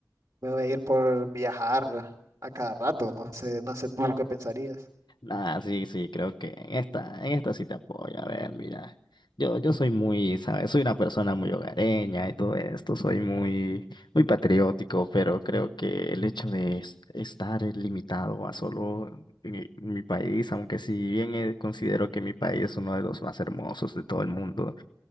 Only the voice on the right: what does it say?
me voy a ir por viajar a cada rato. No sé, no sé tú qué pensarías.